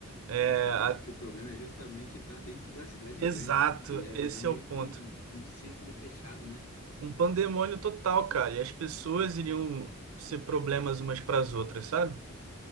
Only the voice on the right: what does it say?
É,
a-
Exato,
esse
é o ponto.
Um pandemônio total, cara, e as pessoas iriam ser problemas umas para as outras, sabe?